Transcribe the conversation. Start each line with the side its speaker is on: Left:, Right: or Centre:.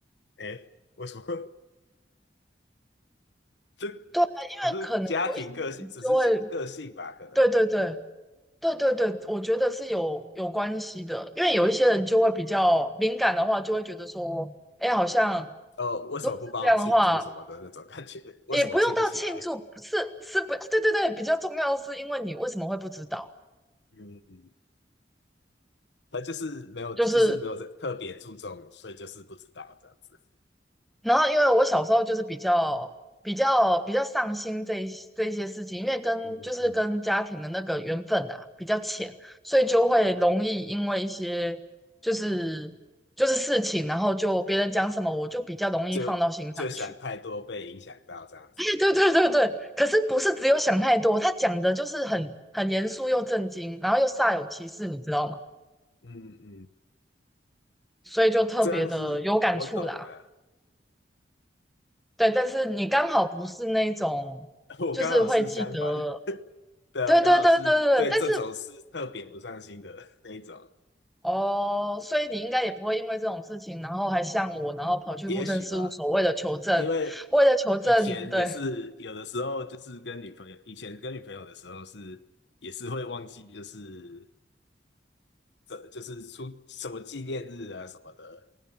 Left: 哎，为什么？<laughs> 这只
Centre: 对啊，因为可能有一些人就会，
Left: 是家庭个性，只是个性吧，可能。
Centre: 对对对对对对，我觉得是有有关系的，因为有一些人就会比较敏感的话，就会觉得说，哎，好像
Left: 哦，为什么不帮我庆祝什么的那种感觉？
Centre: 如果是这样的话，
Left: <laughs> 为什么记不起来？
Centre: 也不用到庆祝，是是不，对对对，比较重要的是因为你为什么会不知道，
Left: 嗯嗯他就是没有，
Centre: 就是
Left: 就是没有特别注重，所以就是不知道这样子，
Centre: 然后因为我小时候就是比较比较比较上心这一这一些事情，因为跟就是跟家庭的那个缘分啊比较浅，
Left: 嗯嗯嗯，
Centre: 所以就会容易因为一些就是就是事情，然后就别人讲什么，我就比较容易放到心上去。
Left: 就就想太多被影响到这样子。
Centre: <laughs> 对对对对，可是不是只有想太多，他讲的就是很很严肃又震惊，然后又煞有其事，你知道吗？
Left: 嗯嗯，
Centre: 所以就特别的有感触啦。
Left: 这样是我懂了，
Centre: 对，但是你刚好不是那种，
Left: <laughs> 我刚好是相反。
Centre: 就是会记得
Left: 对啊，
Centre: 对对对对对，
Left: 我刚好是对这种事特别不上心的那一种，
Centre: 但是哦，所以你应该也不会因为这种事情，然后还向我，然后跑去户政事务所为了求证，
Left: 也许吧，因为
Centre: 为了求证，
Left: 以前也是有的时候就是跟女朋友，
Centre: 对
Left: 以前跟女朋友的时候是也是会忘记，就是这就是出什么纪念日啊什么的，